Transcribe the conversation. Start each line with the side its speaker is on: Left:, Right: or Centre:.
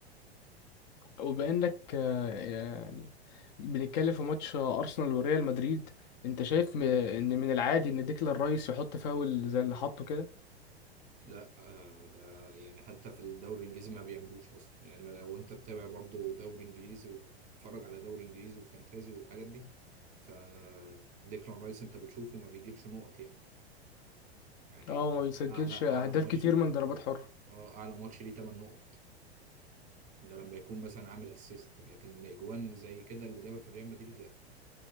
Left: وبانك آه، يعني بنتكلم في ماتش ارسنال وريال مدريد انت شايف م- ان من العادي ان ديكلان رايس يحط فاول زي اللي حطه كده
Right: لا آه، ده يعني حتى في الدوري الانجليزي ما بيعملوش اصلا يعني لو انت بتابع برضو دوري انجليزي وتتفرج على دوري انجليزي وفانتازي والحاجات دي ف ديكلان رايس انت بتشوفه ما بيجيبش نقط يعني يعني
Left: اه
Right: ده
Left: ما بيسجلش
Right: اعلى اعلى
Left: اهداف
Right: ماتش
Left: كتير من ضربات
Right: اه
Left: حرة
Right: آه، اعلى ماتش ليه 8 نقط ده لما يكون مثلا عامل اسيست لكن اجوان زي كده اللي جابها في ريال مدريد لا